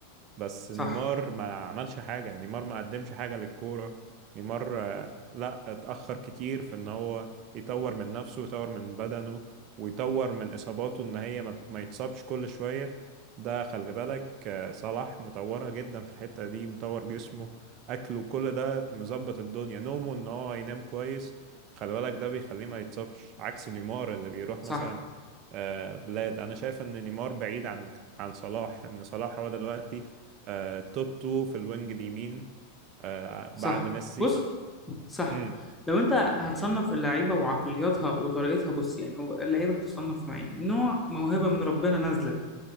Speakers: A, on the right; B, in the centre.
A: بس نيمار
B: صح
A: ما عملش حاجة نيمار ما قدمش حاجة للكورة نيمار آه، لا اتأخر كتير في ان هو يطور من نفسه ويطور من بدنه ويطور من اصاباته ان هي ما ما يتصابش كل شوية ده خلي بالك آه، صلاح مطورها جدا في الحتة دي مطور جسمه اكله كل ده مظبط الدنيا نومه ان هو ينام كويس خلي بالك ده بيخليه ما يتصابش عكس نيمار اللي بيروح
B: صح
A: مثلا آه، بلاد انا شايف ان نيمار بعيد عن عن صلاح ان صلاح هو دلوقتي آه، توب 2 في الوينج اليمين آه،
B: صح
A: بعد ميسي
B: بص صح
A: امم
B: لو انت هتصنف اللعيبه وعقلياتها وطريقتها بص يعني هو اللعيبه بتصنف نوعين نوع موهبه من ربنا نازله